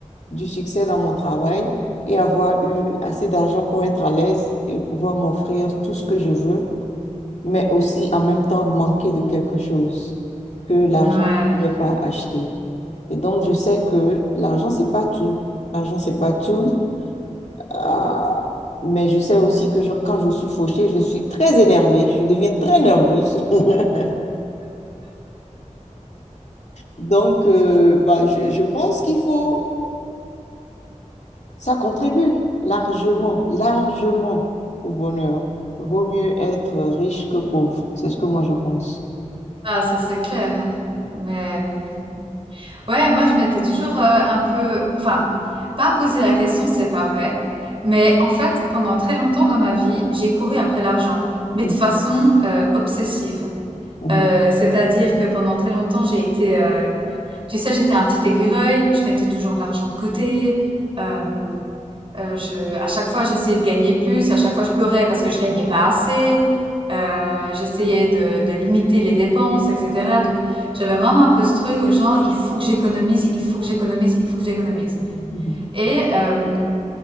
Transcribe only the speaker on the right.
Ouais.
Ah, ça c'est clair. Mais euh, ouais, moi je m'étais toujours euh, un peu, enfin, pas posé la question, c'est pas vrai. Mais en fait, pendant très longtemps dans ma vie, j'ai couru après l'argent, mais
de façon euh, obsessive.
Heu, c'est-à-dire que pendant très longtemps, j'ai été, heu, tu sais, j'étais un petit écureuil, je mettais toujours de l'argent de côté, hem, heu, je à chaque fois, j'essayais de gagner plus, à chaque fois, je pleurais parce que je gagnais pas assez, heu, j'essayais de de limiter les dépenses et cetera donc j'avais vraiment un peu ce truc genre: «Il faut que j'économise, il faut que j'économise, il faut que j'économise»
et hem,